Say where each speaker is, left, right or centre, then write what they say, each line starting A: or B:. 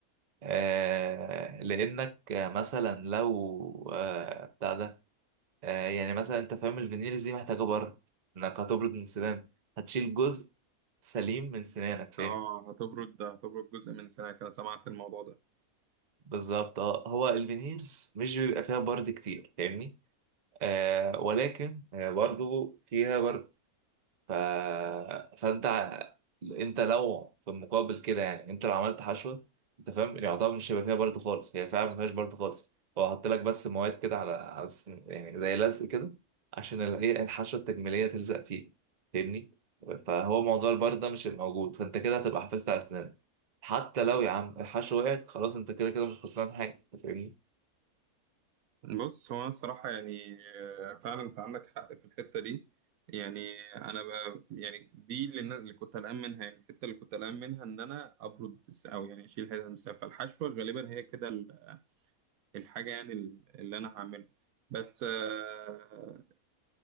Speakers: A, on the right (about 35°); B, on the right (about 75°).
A: آه... لانك آه، مثلا لو آه... بتاع ده آه... يعني مثلا انت فاهم الفينيرز دي محتاجه برد انك هتبرد من سنانك هتشيل جزء سليم من سنانك فاهم
B: آه هتبرد هتبرد جزء من سنة كده سمعت الموضوع ده
A: بالظبط اه هو الفينيرز مش بيبقى فيها برد كتير فاهمني آه... ولكن آه برضو فيها برد ف... فانت انت لو في المقابل كده يعني انت لو عملت حشوه انت فاهم يعتبر مش هيبقى فيها برد خالص هي فعلا ما فيهاش برد خالص هو حط لك بس مواد كده على على السن- يعني زي لزق كده عشان ال- ايه الحشوه التجميليه تلزق فيه فاهمني فهو موضوع البرد ده مش هيبقى موجود فانت كده هتبقى حافظت على اسنانك حتى لو يا عم الحشوه وقعت خلاص انت كده كده مش خسران حاجه أنت فاهمني
B: بص هو أنا صراحة يعني آه، فعلا أنت عندك حق في الحتة دي يعني أنا ب... يعني دي اللي, أنا- اللي كنت قلقان منها يعني الحتة اللي كنت قلقان منها إن أنا أبرد الس- أو يعني أشيل هذا المسافة الحشوة غالبا هي كده ال- الحاجة يعني ال- اللي أنا هعملها بس آه،